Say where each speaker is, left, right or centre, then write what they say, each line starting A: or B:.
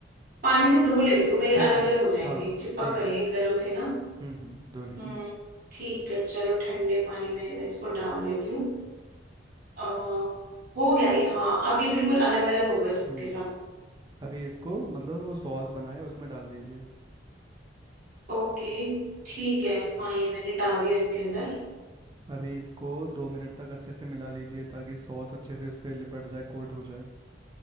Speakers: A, on the right (about 50°); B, on the right (about 25°).
A: पानी से धो लेती हूँ मैं ये
B: ठीक
A: अलग
B: है
A: अलग हो जाएंगे
B: हाँ
A: चिपक
B: ठीक
A: गए
B: है
A: ये गर्म थे ना
B: हम्म हम्म धो लीजिए
A: हम्म ठीक है चलो ठंडे पानी में मैं इसको डाल देती हूँ अ, हो गया ये हाँ अब ये बिल्कुल अलग अलग हो गए सबके
B: हम्म
A: सब
B: अभी इसको मतलब वो सॉस बनाए उसमें डाल दीजिए
A: ओके ठीक है हाँ ये मैंने डाल दिया इसके अंदर
B: अभी इसको दो मिनट तक अच्छे से मिला लीजिए ताकि सॉस अच्छे से इस पे लिपट जाए कोट हो जाए